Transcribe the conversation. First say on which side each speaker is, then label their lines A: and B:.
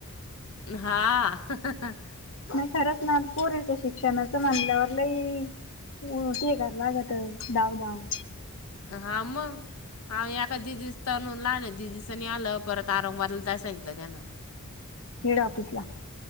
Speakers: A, on the left (about 75°); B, on the left (about 60°).
A: हा.
B: नाही खरंच ना, आत पोरीचं शिक्षणाचं म्हनल्यावर लई म ठीक आहे, लागत धाव धाव.
A: हा मग. अहो <unintelligible> लहान्या दीदीचं नाही आलं, परत आरंगबादला जाय सांगितलं त्यांना.
B: हेड ऑफिसला.